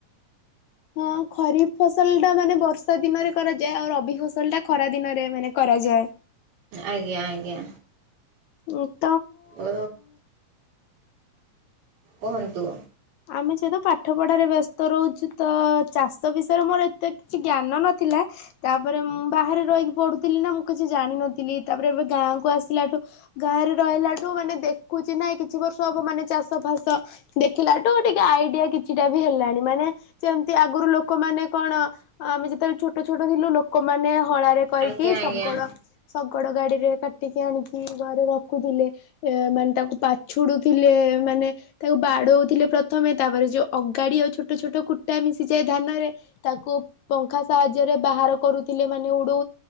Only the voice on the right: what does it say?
ଆଜ୍ଞା ଆଜ୍ଞା।
ଓୟ କୁହନ୍ତୁ।
ଆଜ୍ଞା
ଆଜ୍ଞା।